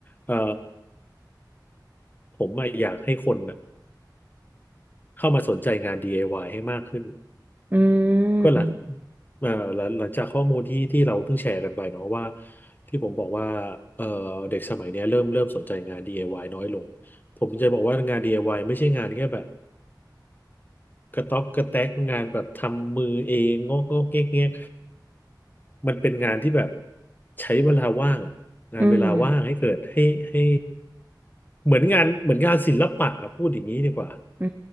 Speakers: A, on the left (about 25°); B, on the right (about 25°).
A: เอ่อผมอะอยากให้คนอะเข้ามาสนใจงาน DIY ให้มากขึ้น
B: อื
A: ก็หลัง
B: ม
A: เอ่อหลังหลังจากข้อมูลที่ที่เราเพิ่งแชร์กันไปเนาะว่าที่ผมบอกว่าเอ่อเด็กสมัยเนี้ยเริ่มเริ่มสนใจงาน DIY น้อยลง ผมจะบอกว่างาน DIY ไอวายไม่ใช่งานแค่แบบกระต๊อกกระแตกงานแบบทำมือเองงอกงอกเงี้ยเงี้ยมันเป็นงานที่แบบใช้เวลาว่างอะงานเวลาว่างให้เกิดให้ให้
B: อืม
A: เหมือนงานเหมือนงานศิลปะอะพูดอย่างนี้ดีกว่า
B: อื